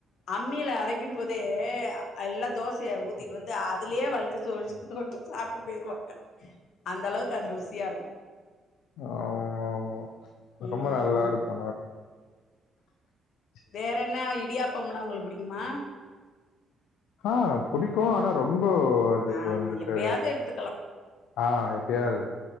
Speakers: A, on the left; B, on the left.
A: அம்மில அரைக்கும் போதே ஏ எல்லா தோசையா ஊத்திட்டு வந்து அது லயே வழிச்சு சோ சொட்டு சாப்ட்டு போயிருவா அந்த அளவுக்கு அது ருசியா இருக்கு
B: ஆம்மாம்மா
A: ம்
B: ரொம்ப நல்லா இருக்கு <unintelligible>
A: வேற என்ன இடியாப்பம்ல்லா உங்களுக்கு புடிக்குமா
B: ஆ புடிக்கு ஆனா ரொம்ப அதுக்கு
A: ஆமா
B: வந்துட்டு
A: எப்பயாவது எடுத்துக்கலா
B: ஆ எப்பயாவது